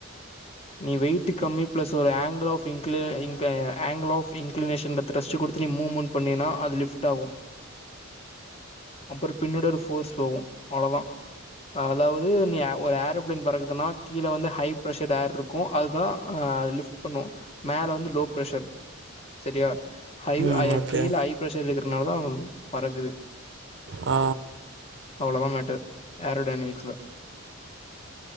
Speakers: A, on the left; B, on the right.
A: நீ வெயிட்டு கம்மி பிளஸ் ஒரு ஆங்கில் ஆஃப் இன்குல இங்கு angle of inclination method trust குடுத்து நீ மூ மூமன்ட் பண்ணீனா அது லிஃப்ட்டாகு அப்பறோ பின்னோட ஒரு ஃபோர்ஸ் போவு அவ்ளோதா அதாவது நீ ஆ ஒரு ஆரோபிளேன் பறக்குதுன்னா கீழே வந்து ஹை ப்ரஷர் ஏர்ருக்கு அதுதா அ அ அது லிஃப் பண்ணு மேல வந்து லோ ப்ரஷர் செரியா ஹைவ்
B: ம்
A: ஐ
B: ஓகே
A: கீழே ஹை பிரஷர் இருக்கறனால தா பறக்குது
B: ஆ
A: அவ்ளோ தா மேட்டர் ஏரோ டைனமிக்ஸ்ல